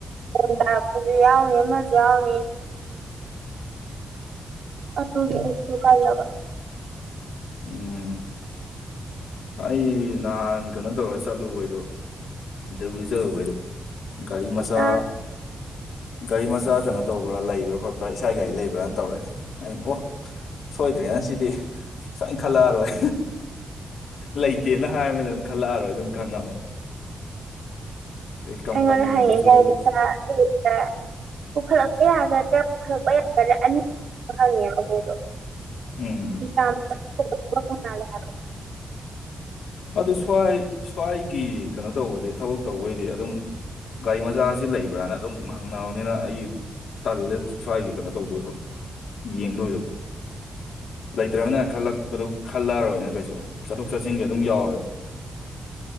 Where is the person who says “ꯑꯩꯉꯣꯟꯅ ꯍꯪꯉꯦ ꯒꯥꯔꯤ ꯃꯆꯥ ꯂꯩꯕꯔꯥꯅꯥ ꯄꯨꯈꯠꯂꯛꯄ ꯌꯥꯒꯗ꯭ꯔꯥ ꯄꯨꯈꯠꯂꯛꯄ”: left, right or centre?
Right